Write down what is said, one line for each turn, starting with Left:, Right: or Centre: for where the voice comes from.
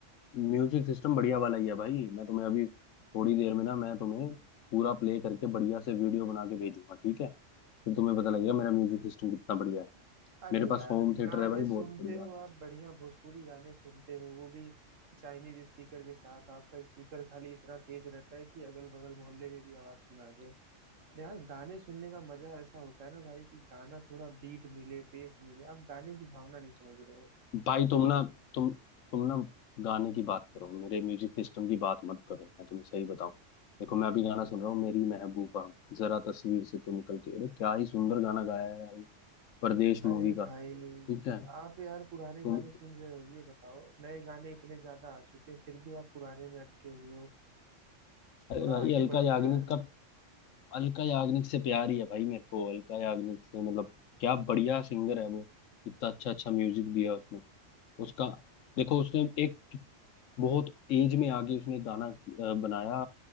Left: music system बढ़िया वाला ही है भाई मैं तुम्हें अभी थोड़ी देर में ना मैं तुम्हें पूरा प्ले करके बढ़िया से वीडियो बना के भेजूंगा ठीक है फिर तुम्हें पता लगेगा मेरा म्यूजिक सिस्टम कितना बढ़िया है
Right: अरे
Left: मेरे
Right: यार
Left: पास होम थिएटर
Right: गाने
Left: है भाई
Right: सुनते
Left: बहुत बढ़िया
Right: हो आप बढ़िया भोजपुरी गाने सुनते हो वो भी चाइनीज स्पीकर के साथ आपका स्पीकर खाली इतना तेज रहता है कि अगल बगल मोहल्ले में भी आवाज सुना दे यार गाने सुनने का मजा ऐसा होता है ना भाई कि गाना थोड़ा बीट मिले बेस मिले आप गाने की भावना नहीं समझ रहे हो
Left: भाई तुम ना तुम तुम ना गाने की बात करो मेरे म्यूजिक सिस्टम की बात मत करो मैं तुम्हें सही बताऊं देखो मैं अभी गाना सुन रहा हूँ मेरी महबूबा जरा तस्वीर से तू निकल के अरे क्या ही सुंदर गाना गाया है यार परदेश मूवी
Right: अरे
Left: का
Right: भाई
Left: ठीक है
Right: आप यार पुराने
Left: तुम
Right: गाने सुन रहे हो ये बताओ नए गाने इतने ज्यादा आ चुके हैं फिर भी आप पुराने में अटके हुए हो
Left: अरे
Right: थोड़ा
Left: भाई
Right: आगे
Left: अलका
Right: बढ़ो
Left: याग्निक
Right: यार
Left: का अलका याग्निक से प्यार ही है भाई मेरे को अलका याग्निक से मतलब क्या बढ़िया सिंगर है वो इतना अच्छा अच्छा म्यूजिक दिया उसने उसका देखो उसने एक बहुत एज में आके उसने गाना अ, बनाया